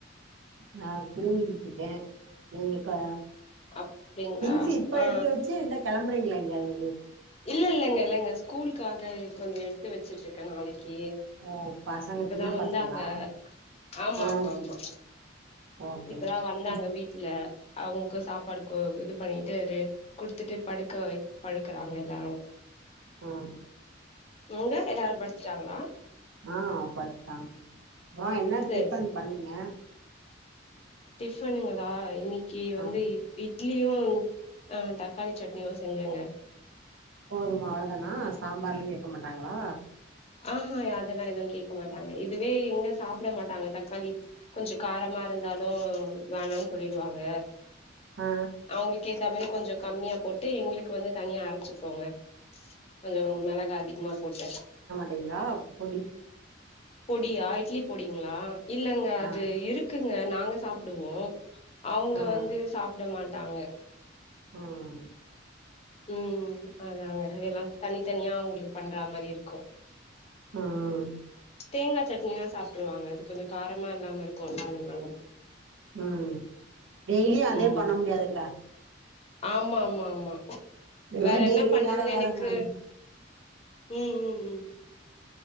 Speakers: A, on the right (about 80°); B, on the left (about 30°).
A: நா தூங்கிட்டு இருக்கேன் நீங்க இப்ப
B: அப்டிங்களா
A: திங்ஸ் இப்ப
B: ஆ
A: எடுத்து வச்சி என்ன கெளம்புறீங்களா வியாது
B: இல்ல இல்லங்க இல்லங்க ஸ்கூலுக்காக கொஞ்சம் எடுத்து வச்சிட்டு இருக்கே நாளைக் கி
A: ஓ பசங்க
B: இப்பதா
A: சின்ன
B: வந்தாங்க
A: பசங்களா
B: ஆமா
A: ஆ
B: ஆமா ஆமா
A: ஓகே
B: இப்பதா வந்தாங்க
A: இப்
B: வீட் இல்ல அவங்கக்கும் சாப்பாடு கோ இது பண்ணிட்டு ரெ குடுத்துட்டு படுக்க வை படுக்கறாங்க லாங்
A: ஆ
B: நீங்க எல்லாரும் படுத் ச்சாங்களா
A: ஆ படுத்துடாங்க அப்றோ என்ன
B: சேரி
A: டிஃபன் பண்ணீங்க
B: டிஃபனுங்களா இன்னிக் கி வந்து
A: ஆ
B: இட் லியும் ஆ தக்காளி சட்னியும் செஞ்சங்க
A: போதுமா அவ்ளோதானா சாம்பார்லாம் கேக்க மாட்டாங்களா
B: ஆஹா அதெல்லாம் எதுவும் கேக்க மாட்டாங்க இதுவே எங்க சாப்ட மாட்டாங்க தக்காளி கொஞ்சம் காரமா இருந்தாலும் வேணான் சொல்லிடுவாங்க
A: ஆ
B: அவுங்களுக்கு ஏத்தமாரி கொஞ்சம் கம்மியா போட்டு எங்களுக்கு வந்து தனியா அரைச்சிப்போங்க கொஞ்சம் மிளகா அதிகமா போட்டு
A: டிங்களா பொடி
B: பொடியா இட்லி பொடிங்களா இல்லங்க அது
A: ஆ
B: இருக் இருக்குங்க நாங்க சாப்பிடுவோ அவங்க
A: ஆ
B: வந்து சாப்பிட மாட் தாங்க
A: ம்
B: ம் அதங்க அதெல்லா தனி தத்தனியா உங்களுக்கு பண்ற மாரி இருக் கு
A: ம்
B: தேங்காய் சட்னினா சாப்பிட்டுருவாங்க அது கொஞ்சோ காரமா இல்லாம இருக் கொ அதனால
A: ம் டெய்லி அதே
B: ம்
A: பண்ண முடியாதுல்ல
B: ஆமா ஆமா ஆமா
A: ஏத
B: வேற
A: டெய்லி
B: என்ன பண்றதுன்னு
A: வேற வேற
B: எனக்கு
A: மாரி
B: ம் ம் ம்